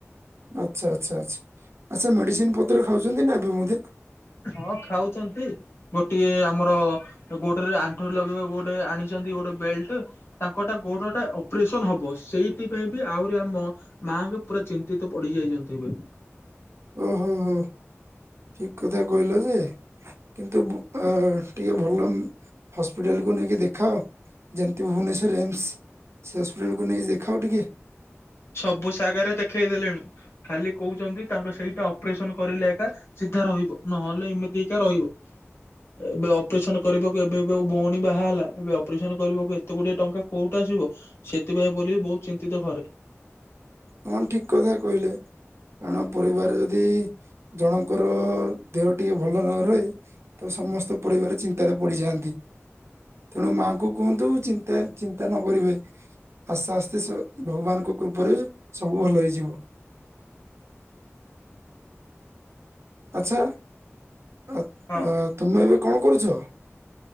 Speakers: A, on the right (about 60°); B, on the left (about 55°).
A: ଆଚ୍ଛା ଆଚ୍ଛା ଆଚ୍ଛା। ଆଚ୍ଛା ମେଡିସିନ୍ ପତ୍ର ଖାଉଛନ୍ତି ନା ଏବେ ମଧ୍ୟ?
B: ହଁ ଖାଉଚନ୍ତି ଗୋଟିଏ ଆମର ଗୋଡରେ ଆଣ୍ଠୁ ରେ ଲଗେଇବାକୁ ଗୋଟେ ଆଣିଚନ୍ତି ଗୋଟେ ବେଲ୍ଟ। ତାଙ୍କଟା ଗୋଡ ଟା ଅପରେସନ୍ ହବ। ସେଇଥି ପାଇଁ ବି ଆହୁରି ଆମ ମାଙ୍କ ପୁରା ଚିନ୍ତିତ ପଡି ଯାଇଚନ୍ତି ଏବେ।
A: ଓ ହୋ ହୋ। ଠିକ୍ କଥା କହିଲ ଯେ କିନ୍ତୁ ବୁ ଅ ଟିକେ ଭଲ ହସ୍ପିଟାଲକୁ ନେଇକି ଦେଖାଅ। ଯେମିତି ଭୁବନେଶ୍ୱର ଏମ୍ସ ସେ ହସ୍ପିଟାଲକୁ ନେଇକି ଦେଖାଅ ଟିକେ।
B: ସବୁ ଜାଗରେ ଦେଖେଇ ଦେଲୁଣୁ। ଖାଲି କହୁଛନ୍ତି ତାଙ୍କ ସେଇଟା ଅପରେସନ୍ କରିଲେ ଏକା ସିଧା ରହିବ ନହେଲେ ଏମିତି ହେଇକା ରହିବ। ଏବେ ଅ ଅପରେସନ୍ କରିବାକୁ ଏବେ ଏବେ ଭଉଣୀ ବାହା ହେଲା। ଏବେ ଅପରେସନ୍ କରିବାକୁ ଏତେ ଗୁଡ଼ିଏ ଟଙ୍କା କୋଉଠୁ ଆସିବ। ସେଥିପାଇଁ ବୋଲି ବହୁତ୍ ଚିନ୍ତିତ ଘରେ।
A: ହଁ ଠିକ୍ କଥା କହିଲେ। କାରଣ ପରିବାର ରେ ଯଦି ଜଣଙ୍କର ଦେହ ଟିକେ ଭଲ ନ ରହେ ତ ସମସ୍ତେ ପରିବାର ଚିନ୍ତାରେ ପଡିିଯାଆନ୍ତି। ତେଣୁ ମାଙ୍କୁ କୁହନ୍ତୁ ଚିନ୍ତା ଚିନ୍ତା ନ କରିବେ। ଆସ୍ତେ ଆସ୍ତେ ସ ଭଗବାନଙ୍କ କୃପାରୁ ସବୁ ଭଲ ହେଇଯିବ। ଆଚ୍ଛା ଆ
B: ହଁ।
A: ଆ ତୁମେ ଏବେ କଣ କରୁଛ?